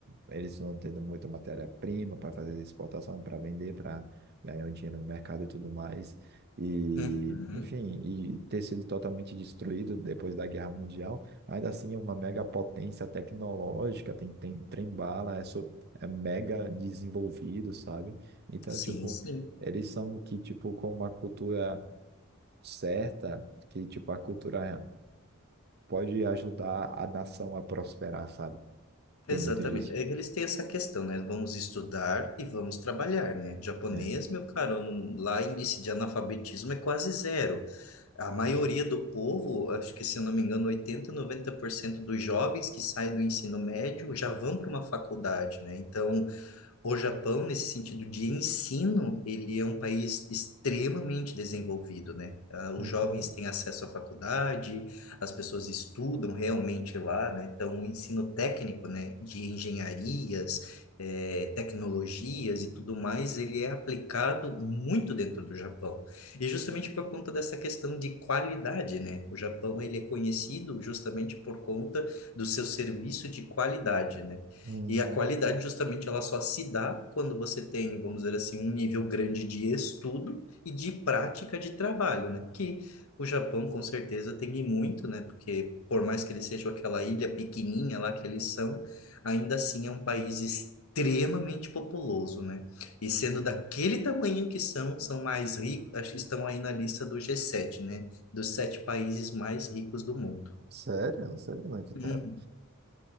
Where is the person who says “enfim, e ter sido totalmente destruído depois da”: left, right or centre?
Right